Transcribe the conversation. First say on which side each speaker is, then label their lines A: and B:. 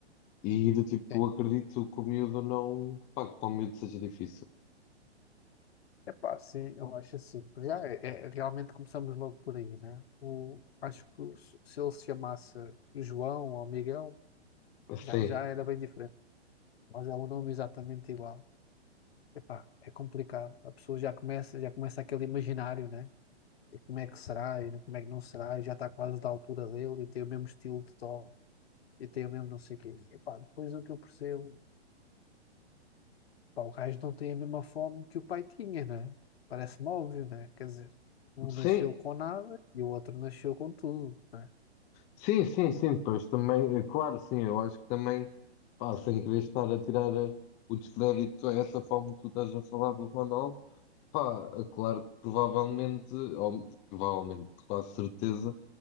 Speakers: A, on the left; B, on the left.
A: E do tipo,
B: Sim.
A: acredito que o miúdo não, pá, que para o miúdo seja difícil.
B: Epá, sim, eu acho assim. Porque Já é, é- realmente começamos logo por aí, né? O, acho que o- se ele se chamasse João ou Miguel, já,
A: Sim,
B: já era bem diferente. Mas é um nome exatamente igual. Epá, é complicado. A pessoa já começa, já começa aquele imaginário, né? E como é que será e como é que não será, e já está quase da altura dele e tem o mesmo estilo de tom e tem o mesmo não sei o quê. Epá, depois o que eu percebo, epá, o gajo não tem a mesma fome que o pai tinha, né? Parece-me óbvio, né? Quer dizer, um
A: sim,
B: nasceu com nada e o outro nasceu com tudo, né?
A: Sim, sim, sim, depois também, é claro, sim, eu acho que também, pá, sem querer estar a tirar eh, o descrédito a essa forma que tu estás a falar do Ronaldo, pá, é claro que provavelmente, ou provavelmente, quase certeza,